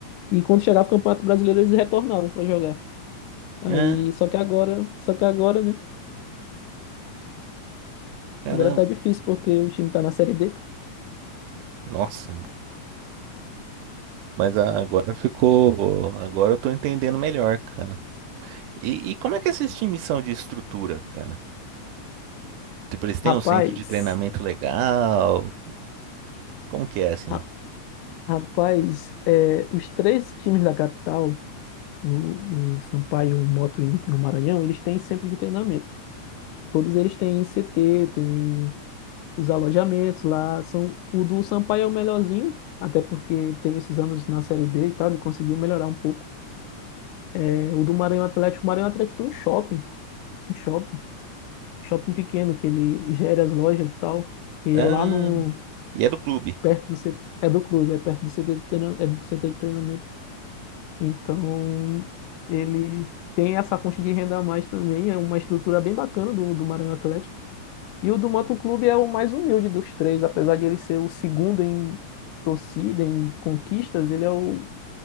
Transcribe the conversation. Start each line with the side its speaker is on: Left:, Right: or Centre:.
Left: E quando chegava o Campeonato Brasileiro, eles retornavam para jogar. Aí,
Right: Ah,
Left: só que agora, só que agora, né?
Right: caramba.
Left: Agora tá difícil porque o time tá na Série D.
Right: Nossa, mano. mas a- agora ficou. Agora eu tô entendendo melhor, cara. E, e como é que esses times são de estrutura, cara? Tipo, eles têm
Left: Rapaz,
Right: um centro de treinamento legal? Como que é assim?
Left: ra- rapaz, é, os três times da capital, o, o Sampaio, o Moto e o Maranhão, eles têm centro de treinamento. Todos eles têm CT, têm os alojamentos lá são o do Sampaio é o melhorzinho, até porque teve esses anos na Série B e tal, ele conseguiu melhorar um pouco. É, o do Maranhão Atlético, o Maranhão Atlético tem um shopping, um shopping, shopping pequeno que ele gera as lojas e tal, e
Right: Ah,
Left: é lá no
Right: e é do clube.
Left: perto do CT, é do clube, é perto do CT de treinamento, é do CT de treinamento. Então, ele tem essa fonte de renda a mais também, é uma estrutura bem bacana do, do Maranhão Atlético. E o do Moto Clube é o mais humilde dos três, apesar de ele ser o segundo em torcida, em conquistas, ele é o,